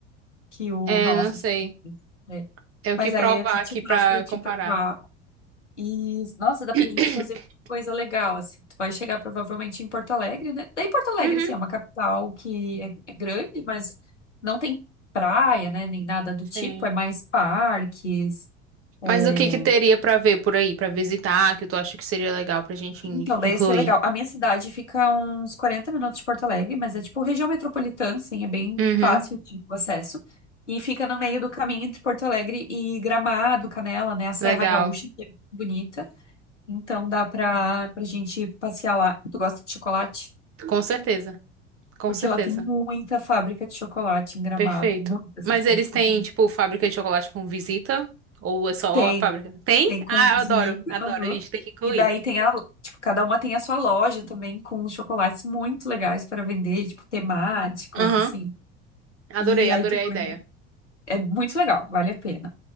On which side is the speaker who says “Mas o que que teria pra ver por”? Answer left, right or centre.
Right